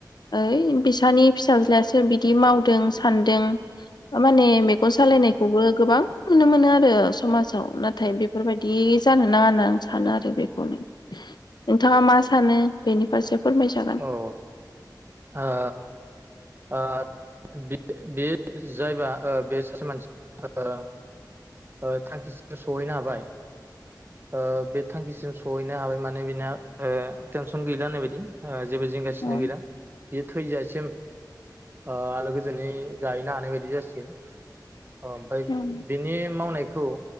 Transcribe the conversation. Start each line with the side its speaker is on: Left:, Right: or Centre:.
Left: ओइ बिसानि फिसाज्लायासो बिदि माव दों सानदों माने मेगन सालायनायखौबो गोबां नुनो मोनो आरो समाजाव नाथाय बे बेफोरबायदि जानो नाङा होनना आं सानो आरो बेखौनो नोंथाङा मा सानो नों बेनि फारसे फोरमायजागोन
Right: औ आ ओ बि बे जायबा ओ बे सासे मानसि ओ ओ थांखिसिम सहैनो हाबाय ओ बे थांखिसिम सहैनो हाबाय माने बिना ओ टेनसन गैला होननाय बायदि ओ जेबो जिंगासिनो
Left: औ
Right: गैला बेयो थैजासिम ओ आलो गोजोनै जाहैनो हानाय बायदि जासिगोन अ ओमफाय
Left: औ
Right: बिनि मावनायखौ